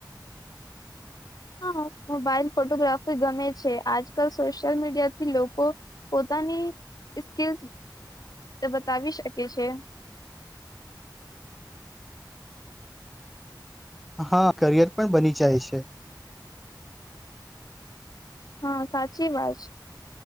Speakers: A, on the left (about 55°); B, in the centre.
A: હા મોબાાઈલ ફોટોગ્રાફી ગમે છે આજકાલ સોશિ્યલ મીડિયાથી લોકો પોતાની સ્કીિલ્સ બતાવી શકે છે.
B: હા કરિયર પણ બની જાય છે.
A: હા સાચી વાત